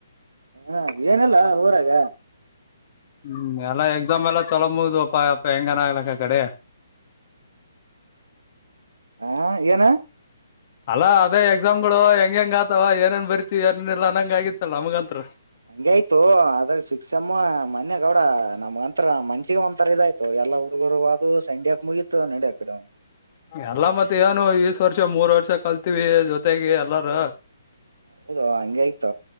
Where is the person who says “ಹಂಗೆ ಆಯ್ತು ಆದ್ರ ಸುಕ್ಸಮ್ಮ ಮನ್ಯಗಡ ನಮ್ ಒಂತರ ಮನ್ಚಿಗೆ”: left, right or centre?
Right